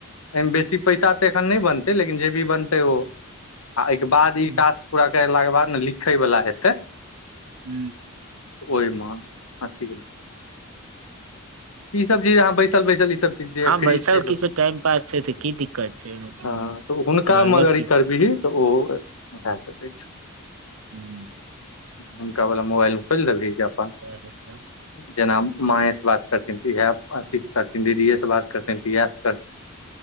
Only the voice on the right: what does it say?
हूँ
हू।
हँ
बैसल
किछु टाइम पास छै तऽ की दिक्कत छै एहिमे कोनो
गड़बड़
की
छै
हू
<unintelligible>